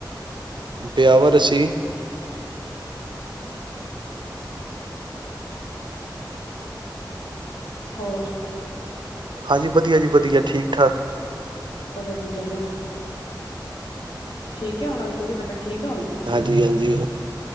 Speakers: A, on the right; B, on the left.
A: ਬਿਆਵਰ ਅਸੀ
B: ਹੋਰ
A: ਹਾਂਜੀ ਵਧੀਆ ਜੀ ਵਧੀਆ ਠੀਕ-ਠਾਕ।
B: ਸਭ ਵਧੀਆ ਚੱਲਦਾ, ਠੀਕ ਹੈ ਹੁਣ ਅ ਅਂਕੱਲ ਜੀ ਤਬੀਅਤ ਠੀਕ ਆ ਹੁਣ,
A: ਹਾਂਜੀ ਹਾਂਜੀ